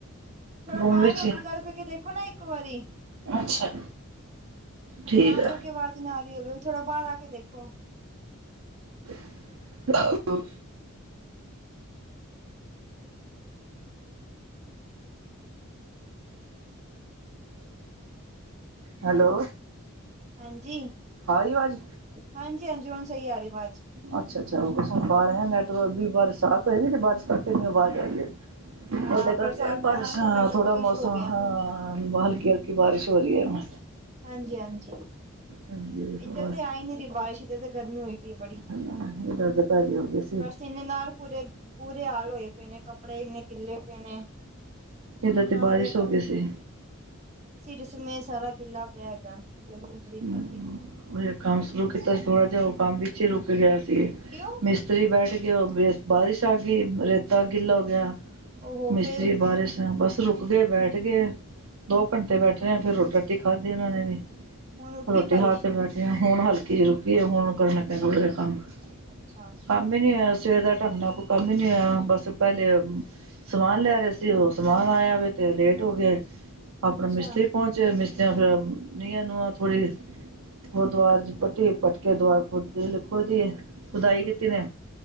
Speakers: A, on the right; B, on the right.
A: ਥੋੜ੍ਹਾ
B: ਰੂਮ
A: ਬਾਹਰ
B: ਵਿੱਚ
A: ਹੋ ਕੇ, ਗੱਲ ਕਰ ਕੇ ਦੇਖੋ ਨਾ ਇੱਕ ਵਾਰੀ।
B: ਅੱਛਾ। ਠੀਕ
A: ਤਾਂ
B: ਹੈ
A: ਕਰਕੇ ਆਵਾਜ ਨਾ ਆਰਹੀ ਹੋਵੇ, ਥੋੜਾ ਬਾਹਰ ਆ ਕੇ ਦੇਖੋ।
B: <unintelligible> ਹੈਲੋ।
A: ਹਾਂਜੀ।
B: ਆ ਰਹੀ ਆਵਾਜ਼
A: ਹਾਂਜੀ-ਹਾਂਜੀ, ਹੁਣ ਸਹੀ ਆ ਰਹੀ ਆਵਾਜ਼।
B: ਅੱਛਾ-ਅੱਛਾ, ਉਹ ਹੁਣ ਸੁਣ ਪਾ ਰਹੇ ਹਾਂ ਨੈੱਟਵਰਕ ਵੀ ਬਰਸਾਤ ਹੋਏਗੀ, ਬਾਰਿਸ਼ ਕਰਕੇ ਇੰਨੀ ਆਵਾਜ਼ ਆ ਰਹੀ ਹੈ।
A: ਹਾਂ
B: ਉਹਦੇ ਕਰਕੇ,
A: ਬਰਸਾਤ
B: ਬਰਸਾਤ,
A: ਕਾਰਨ ਥੋੜਾ ਨੈਟਵਰਕ
B: ਥੋੜ੍ਹਾ
A: ਇਸ਼ੂ
B: ਮੌਸਮ
A: ਹੋ
B: ਹਾਂ।
A: ਗਿਆ
B: ਹਾਂ ਬਹੁ ਹਲਕੀ ਹਲਕੀ ਬਾਰਿਸ਼ ਹੋ ਰਹੀ ਹੈ ਹੁਣ।
A: ਹਾਂਜੀ-ਹਾਂਜੀ,
B: ਹਾਂਜੀ
A: ਇੱਧਰ
B: ਹੋਰ
A: ਤੇ ਆਈ ਨੀ ਰਹੀ ਬਾਰਿਸ਼, ਇੱਧਰ ਤੇ ਗਰਮੀ ਹੋਈ ਪਈ ਹੈ ਬੜੀ।
B: <unintelligible> ਇਹਦਾ ਅਧਿਕਾਰੀ ਹੋ ਗਏ ਸੀ।
A: ਪਸੀਨੇ ਨਾਲ ਪੂਰੇ ਬੁਰੇ ਹਾਲ ਹੋਏ ਪਏ ਨੇ ਕੱਪੜੇ, ਇੰਨੇ ਗਿੱਲੇ ਪਏ ਨੇ
B: ਇੱਧਰ ਤੇ
A: ਸਾਰੇ
B: ਬਾਰਿਸ਼ ਹੋ ਗਈ ਸੀ।
A: ਸਿਰ ਇਸ ਸਮੇਂ ਸਾਰਾ ਗਿੱਲਾ ਪਿਆ ਹੈਗਾ ਗਰਮੀ ਬੜੀ
B: ਮੈਂ
A: ਪੈ ਰਹੀ ਹੈ
B: ਜਿਹੜਾ ਕੰਮ ਸ਼ੁਰੂ ਕੀਤਾ ਸੀ ਥੋੜ੍ਹਾ ਜਿਹਾ, ਉਹ ਕੰਮ ਵਿੱਚ ਹੀ ਰੁੱਕ ਗਿਆ ਸੀ।
A: ਕਿਉਂ
B: ਮਿਸ ਇੱਧਰ ਹੀ ਬੈਠ ਗਏ ਉਹ, ਫਿਰ ਬਾਰਿਸ਼ ਆ ਗਈ, ਰੇਤਾ ਗਿੱਲਾ ਹੋ ਗਿਆ
A: ਉਹ
B: ਮਿਸਤਰੀ
A: ਫੇਰ
B: ਬਾਰਿਸ਼ ਹੈ, ਬੱਸ ਰੁੱਕ ਗਏ, ਬੈਠ ਗਏ। ਦੋ ਘੰਟੇ ਬੈਠੇ ਰਹੇ ਆ ਫਿਰ ਰੋਟੀ-ਰਾਟੀ ਖਾਧੀ ਉਹਨਾਂ ਨੇ ਵੀ
A: ਹੁਣ ਰੁਕ ਗਈ
B: ਰੋਟੀ
A: ਬਾਰਿਸ਼
B: ਖਾ ਕੇ ਬੈਠੀ ਆ ਹੁਣ ਹਲਕੀ ਜਿਹੀ ਰੁੱਕੀ ਹੈ। ਹੁਣ ਕਰਨ ਲੱਗੇ ਆ ਥੋੜ੍ਹਾ ਜਿਹਾ ਕੰਮ ਕੰਮ
A: ਅੱਛਾ
B: ਕੰਮ ਨੀ ਆਇਆ ਸਵੇਰ ਦਾ ਢੰਗ ਨਾਲ ਕੋਈ ਕੰਮ ਨੀ ਆਇਆ ਬੱਸ ਪਹਿਲੇ ਸਮਾਨ ਲੈ ਰਹੇ ਸੀ। ਉਹ ਸਮਾਨ ਆਇਆ ਵੇ ਤੇ ਲੇਟ ਹੋ ਗਏ। ਆਪਣਾ
A: ਅੱਛਾ
B: ਮਿਸਤਰੀ ਪਹੁੰਚੇ ਮਿਸਤਰੀਆਂ ਫਿਰ ਨੀਆਂ ਨੁਆਦ ਪੁੜੀ, ਉਹ ਦਵਾਰ ਚ ਪੱਟੀ ਪੁਟਕੇ ਦਵਾਰ‌ ਖੋਦੀ ਲੱਗ ਖੋਦੀ ਹੈ। ਖੁਦਾਈ ਕੀਤੀ ਨੇ